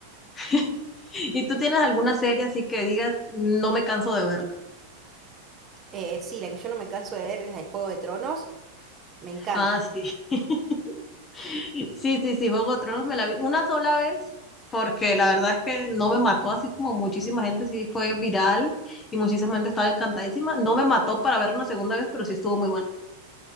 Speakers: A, on the left (about 20°); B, on the right (about 25°).
A: <laughs> ¿Y tú tienes alguna serie así que digas, no me canso de verla?
B: Eh, sí, la que yo no me canso de ver es la de Juego de Tronos. Me encanta.
A: Ah, sí. <laughs> Sí, sí, sí, Juego de Tronos me la vi una sola vez, porque la verdad es que no me mató, así como muchísima gente sí fue viral y muchísima gente estaba encantadísima. No me mató para ver una segunda vez, pero sí estuvo muy buena.